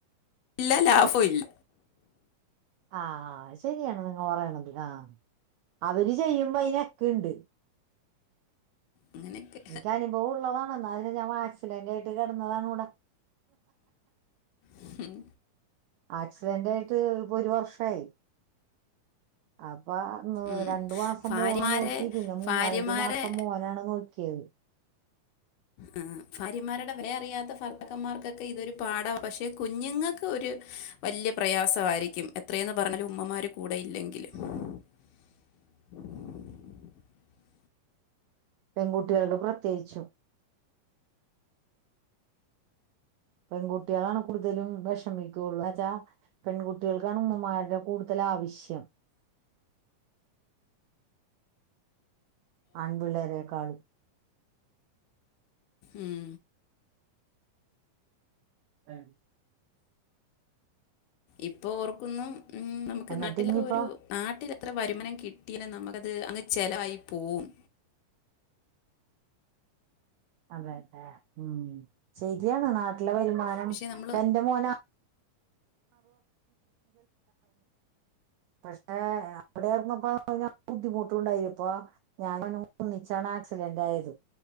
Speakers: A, on the left; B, on the right.
A: ഇല്ല ലാഭവും ഇല്ല
B: ആഹ് ആ ശരിയാണ് നിങ്ങൾ പറയണത് ആഹ് അവര് ചെയ്യുമ്പോ അയിനക്കെണ്ട്.
A: അങ്ങനെയൊക്കെ
B: എനിക്ക് അനുഭവം ഉള്ളതാണ്. എന്നാലും ഞാൻ വാക്സിലന്റ് ആയിട്ട് ഇട്ട് കിടന്നതാണുട.
A: ഉം
B: ആക്സിഡന്റ് ആയിട്ട് ഇപ്പൊ ഒരു വർഷായി. അപ്പൊ
A: ഉം.
B: രണ്ടു മാസം
A: ഭാര്യമാരെ
B: മോളും നോക്കി പിന്നെ മൂന്നാലഞ്ച്മാസം
A: ഭാര്യമാരെ
B: മോനാണ് നോക്കിയത്. <unintelligible>
A: ആ ഫാര്യമാരുടെ വെല അറിയാത്ത ഫർത്താക്കന്മാർക്കൊക്കെ ഇതൊരു പാടാ പക്ഷെ കുഞ്ഞുങ്ങൾക്ക് ഒരു യ് വല്യയ പ്രയാസായിരിക്യും എത്രയെന്നാ പറഞ്ഞലുമ്മമാര് കൂടെ ഇല്ലങ്കിൽ
B: <inaudible>
A: <inaudible>
B: പെൺകുട്ടികൾക്ക് പ്രത്യേകിചും പെൺകുട്ടികളാണ് കൂടുതലും വെ ശ്രമിക്കുള്ളു അച്ചാ പെൺകുട്ടികൾക്കാണ് ഉമ്മമാര്ടെ കൂടുതൽ ആവശ്യം ആൺപിള്ളേരെകാളും
A: ഉം
B: <unintelligible>
A: ഇപ്പം ഓർക്കുന്നു ഉം നമുക്ക്
B: എന്നിട്ട്
A: നാട്ടില്
B: ഇനിയിപ്പോ
A: ഒരു നാട്ടിൽ അത്ര വരുമാനം കി കിട്ടീനെ നമുക്കത് അങ്ങ് ചെലവായി പോവും
B: അതേല്ലെ ഉം ശെരിയാണ് നാട്ടിലെ വരുമാനം
A: പക്ഷേ നമ്മൾ
B: എന്റെ മോനാ <inaudible> പക്ഷെ അവിടാർന്നപ്പം <inaudible> ബുദ്ധിമുട്ടുണ്ടായിപ്പോ ഞാൻ <inaudible> ഒന്നിച്ചാണ് ആക്സിഡന്റ് ആയത്